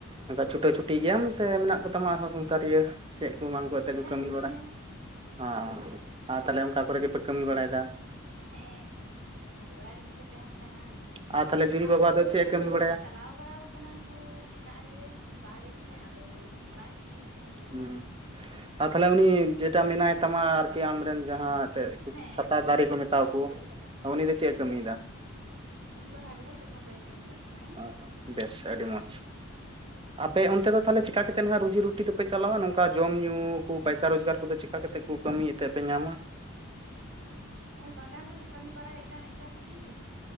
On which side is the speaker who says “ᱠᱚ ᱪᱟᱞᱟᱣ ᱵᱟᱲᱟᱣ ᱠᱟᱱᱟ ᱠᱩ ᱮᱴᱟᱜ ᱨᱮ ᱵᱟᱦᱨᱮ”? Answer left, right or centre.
Right